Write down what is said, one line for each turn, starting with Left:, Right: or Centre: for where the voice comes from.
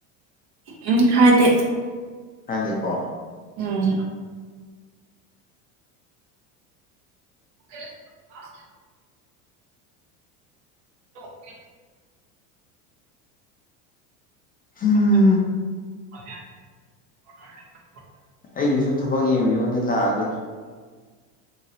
Right: ꯎꯝ ꯍꯥꯏꯗꯤ
Left: ꯍꯥꯏꯗꯤ ꯀꯣ
Right: ꯎꯝ ꯑꯣ ꯑꯣꯦ
Left: ꯍꯥꯝ
Right: <inaudible>
Left: ꯑꯩꯒꯤꯁꯨ ꯊꯕꯛ ꯌꯦꯡꯕꯤꯌꯨꯅꯦ ꯂꯥꯛꯑꯒꯦ